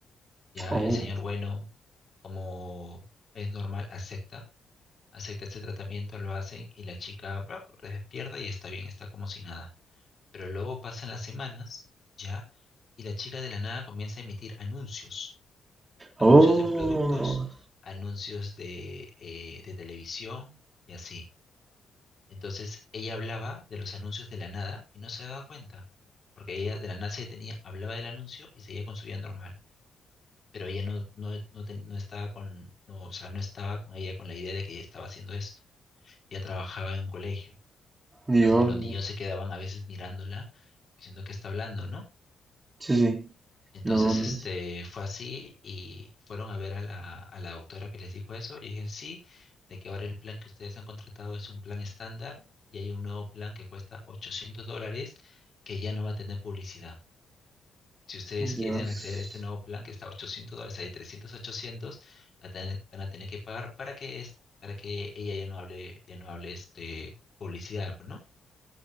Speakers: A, on the left (about 50°); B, on the right (about 25°).
A: Ya
B: Oh,
A: el señor, bueno, como es normal, acepta, acepta este tratamiento, lo hacen y la chica bra, pues, despierta y está bien, está como si nada. Pero luego pasan las semanas, ya, y la chica de la nada comienza a emitir anuncios, anuncios
B: oh,
A: de productos, anuncios de, eh, de televisión y así. Entonces ella hablaba de los anuncios de la nada y no se daba cuenta, porque ella de la nada se detenía, hablaba del anuncio y seguía con su vida normal, pero ella no, no, no, ten- no estaba con, no, o sea, no estaba con ella con la idea de que estaba haciendo esto. Ella trabajaba en un colegio,
B: Dios.
A: entonces los niños se quedaban a veces mirándola, diciendo que está hablando, ¿no?
B: Sí, sí.
A: Entonces,
B: No, no.
A: este, fue así y fueron a ver a la, a la doctora que les dijo eso y dije, sí, de que ahora el plan que ustedes han contratado es un plan estándar y hay un nuevo plan que cuesta ochocientos dólares que ya no va a tener publicidad. Si ustedes
B: Dios.
A: quieren acceder a este nuevo plan que está a 800 dólares, hay 300 a 800, van a tener, van a tener que pagar para que, es, para que ella ya no hable, ya no hable este, publicidad, ¿no?